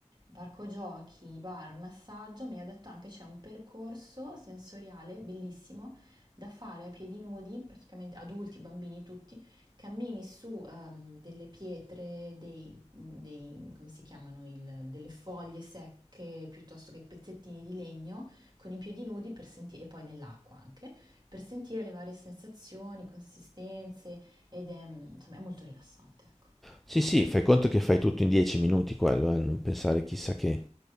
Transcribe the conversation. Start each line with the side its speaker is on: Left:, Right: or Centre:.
Right: parco giochi, bar, massaggio, mi ha detto anche c'è un percorso sensoriale bellissimo da fare a piedi nudi, praticamente adulti, bambini, tutti, Cammini su ehm, delle pietre, dei, dei- come si chiamano, il- delle foglie secche piuttosto che pezzettini di legno con i piedi nudi per senti- e poi nell'acqua anche, per sentire le varie sensazioni, consistenze ed è, mm, insomma, è molto rilassante, ecco.
Centre: Sì, sì, fai conto che fai tutto in 10 minuti quello, eh, non pensare chissà che.